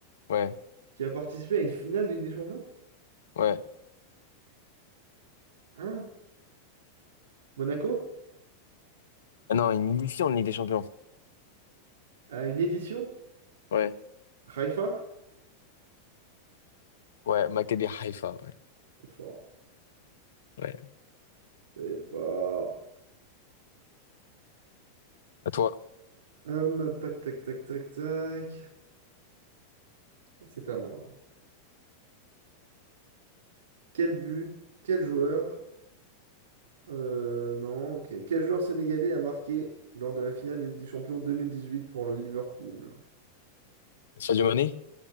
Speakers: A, on the left (about 60°); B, on the right (about 55°).
A: Ouais,
B: qui a participé à une finale de Ligue des Champions?
A: ouais.
B: Hein? Monaco?
A: Ah non, une édition de Ligue des Champions.
B: À une édition?
A: Ouais,
B: Haïfa?
A: ouais, Maccabi Haïfa.
B: C'est fort.
A: Ouais.
B: C'est fort.
A: À toi.
B: Hum, tac, tac, tac, tac, tac. Ah, C'est à moi. Quel but? Quel joueur? Euh, non, ok. Quel joueur sénégalais a marqué lors de la finale de Ligue des Champions 2018 pour le Liverpool?
A: Sadio Mané?